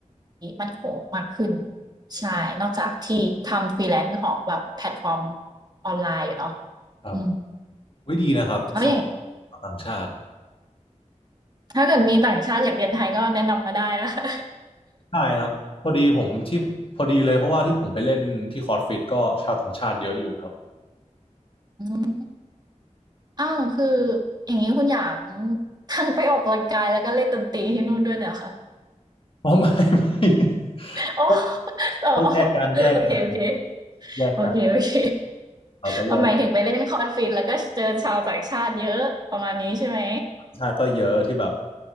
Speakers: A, on the right; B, on the left.
A: มั่นคงมากขึ้นใช่นอกจากที่ทำฟรีแลนซ์ของแบบแพลตฟอร์มออนไลน์อยู่เนาะ
B: ครับ
A: อืม
B: วิดีนะครับสอง
A: แล้วอย่าง
B: ชาวต่างชาติ
A: ถ้าเกิดมีต่างชาติอยากเรียนไทยก็แนะนำมาได้นะคะ
B: ใช่ครับพอดีผมที่พอดีเลยเพราะว่าที่ผมไปเล่นที่คอร์สฟิตก็ชาวต่างชาติเยอะอยู่ครับ
A: อืมอ้าวคืออย่างนี้คุณอยากทั้งไปออกกำลังกายแล้วก็เล่นดนตรีที่นู่นด้วยเลยเหรอคะ
B: อ๋อไม่ไม่
A: โอ้
B: ก็
A: อ๋ <laughs> อ
B: ก็แยกกันแยกกัน
A: โอเคโอเค
B: แยกกัน
A: โอเคโอเค
B: เราก็แยก
A: เอาหมายถึงไปเล่นคอนฟิดแล้วก็เจอชาวต่างชาติเยอะประมาณนี้ใช่ไหม
B: ชาติก็เยอะที่แบบ